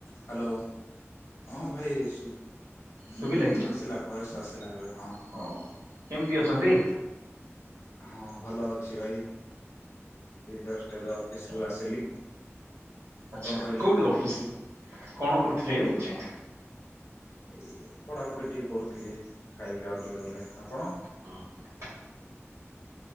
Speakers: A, on the left; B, on the right.
A: ହ୍ୟାଲୋ ହଁ ଭାଇ ହୁଁ
B: ଶୁଭିଲା କି
A: ଆସିଲା। ଭଏସ୍ ଆସିଲା ଏବେ।
B: ହଁ କେମିତି ଅଛନ୍ତି?
A: ହଁ ଭଲ ଅଛି ଭାଇ, ଜଷ୍ଟ ଏବେ ଅଫିସ ରୁ ଆସିଲି।
B: ଆଛା
A: କଣ କହିଲେ?
B: କୋଉଠି ଅଫିସ? କଣ କରୁଥିଲେ <unintelligible>
A: ଏଇ ପଢାପଢି ଟିକେ କରୁଥିଲି, ଖାଇବି ଆଉ ଟିକେ ଗଲେ, ଆପଣ?
B: ହଁ।